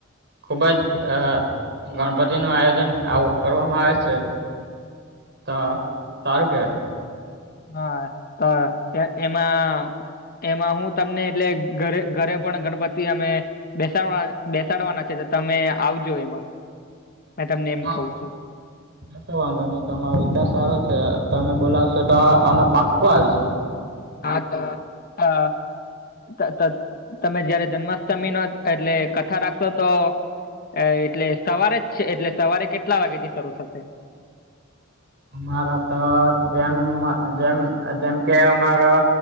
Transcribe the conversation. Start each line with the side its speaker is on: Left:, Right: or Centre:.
Right: ખુબ જ અ ગણપતિનું આયોજન આવો કરવામાં આવે છે, તો સારું કહેવાય
Left: હા તો એ એમાં એમાં હું તમને એટલે ઘરે ઘરે પણ ગણપતિ અમે બેસાડવા બેસાડવાના છે, તો તમે આવજો એમાં મે તમને એમ
Right: હા
Left: કહું છું.
Right: કશો વાંધો ની તો તમારો વિચાર સારો છે, તમે બોલાવશો તો અમે પાક્કો આવીશ
Left: હા તો અ ત ત તમે જયારે જન્માષ્ટમી નો એટલે કથા રાખશો તો અ એટલે સવારે જ છે, એટલે સવારે કેટલા વાગે થી શરૂ થશે?
Right: અમારા તો જેન જેન જેમ કે અમારો